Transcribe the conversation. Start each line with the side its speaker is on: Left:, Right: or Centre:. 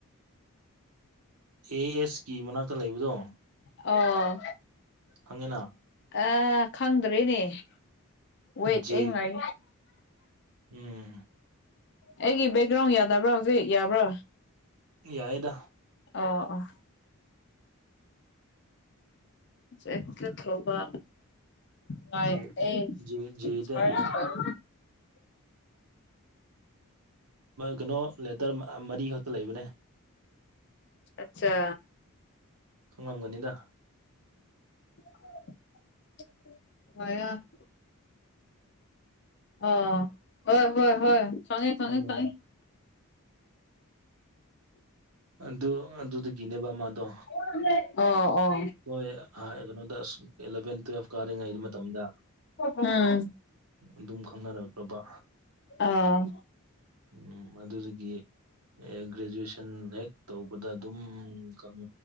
Right: ꯑꯦ ꯑꯦꯁ ꯀꯤ ꯃꯅꯥꯛꯇ ꯂꯩꯕꯗꯣ
Left: ꯑꯣ
Right: ꯐꯪꯉꯅ
Left: ꯑ ꯈꯪꯗ꯭ꯔꯦꯅꯦ ꯋꯦꯠ
Right: ꯖꯦ
Left: ꯑꯩ ꯉꯥꯏ
Right: ꯎꯝ
Left: ꯑꯩꯒꯤ ꯕꯦꯛꯒ꯭ꯔꯥꯎꯟ ꯌꯥꯗꯕ꯭ꯔꯥ ꯍꯧꯖꯤꯛ ꯌꯥꯕ꯭ꯔꯥ
Right: ꯌꯥꯏꯌꯦꯗ
Left: ꯑꯣ ꯑꯣ ꯖꯤꯠꯀꯥ ꯊꯧꯕ ꯃꯥꯏ
Right: J
Left: S
Right: J Z
Left: sorry
Right: ꯌꯦꯡꯉꯣ
Left: ꯁꫭꯔꯤ
Right: ꯀꯩꯅꯣ ꯂꯦꯇꯔ ꯃꯔꯤ ꯈꯛꯇ ꯂꯩꯕꯅꯦ
Left: ꯑꯠꯆꯥ
Right: ꯈꯪꯉꯝꯒꯅꯤꯗ
Left: <unintelligible> ꯑꫭ ꯍꯣꯏ ꯍꯣꯏ ꯍꯣꯏ ꯈꯪꯉꯦ ꯈꯪꯉꯦ
Right: ꯎꯝ ꯑꯗꯨ ꯑꯗꯨꯗꯒꯤꯅꯦꯕ ꯃꯥꯗꯣ
Left: <unintelligible> ꯑꯣ ꯑꯣ
Right: ꯍꯣꯏ ꯑꯥ ꯀꯩꯅꯣꯗ ꯑꯁ ꯑꯦꯂꯚꯦꯟ ꯇꯨꯋꯦꯜꯕ ꯀꯥꯔꯤꯉꯩ ꯃꯇꯝꯗ
Left: ꯎꯝ
Right: ꯑꯗꯨꯝ ꯈꯪꯅꯔꯛ ꯑꯕꯥ
Left: ꯑꯥ
Right: ꯎꯝ ꯃꯗꯨꯗꯒꯤ ꯑꯦ ꯒ꯭ꯔꯦꯖꯨꯑꯦꯁꯟ ꯍꯦꯛ ꯇꯧꯕꯗ ꯑꯗꯨꯝ ꯈꯪ